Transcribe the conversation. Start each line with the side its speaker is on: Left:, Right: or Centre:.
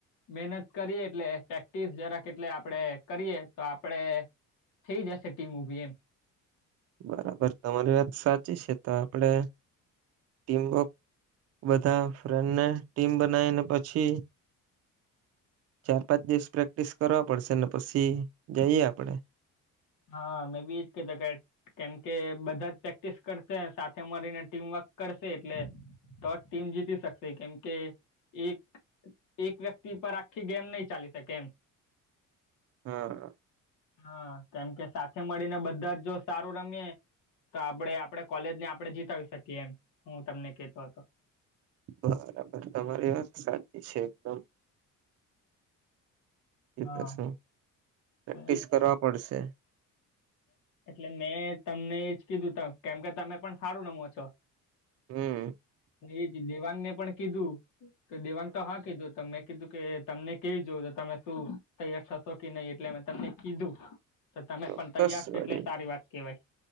Left: મહેનત કરીએ એટલે પ્રેક્ટિસ જરાક એટલે આપડે કરીએ તો આપડે થઈ જશે ટીમ ઉભી એમ
Right: બરાબર તમારી વાત સાચી છે તો આપડે ટીમવર્ક બધા ફ્રેન્ડને ટીમ બનાવીને પછી ચાર પાંચ દિવસ પ્રેક્ટિસ કરવા પડશે ને પછી જઈએ આપડે
Left: હા મેં બી એજ કેતો કે કેમ કે બધા જ પ્રેક્ટિસ કરશે સાથે મળીને ટીમવર્ક કરશે એટલે તો જ ટીમ જીતી શકશે કેમ કે એક એક વ્યક્તિ પર આખી ગેમ નહી ચાલી શકે એમ
Right: હા
Left: હા કેમ કે સાથે મળીને બધા જો સારું રમીએ તો આપણે આપડે કોલેજ ને આપણે જીતાવી શકીએ એમ હું તમને કેતો હતો
Right: બરાબર તમારી વાત સાચી છે એકદમ એ
Left: હા
Right: તો શું પ્રેક્ટિસ
Left: તો ઈ જ
Right: કરવા પડશે
Left: એટલે મેં તમને એજ કીધું ત કેમ કે તમે પણ સારું રમો છો
Right: હમ
Left: એ જ દેવાંગને પણ કીધું તો દેવાંગ તો હા કીધું તો મેં કીધું કે તમને કેય જો તો તમે શું તૈયાર થશો કે નહી એટલે અ તમને કીધું તો તમે
Right: ચોક્કસ
Left: પણ તૈયાર છે
Right: વરી
Left: એટલે સારી વાત કેહેવાય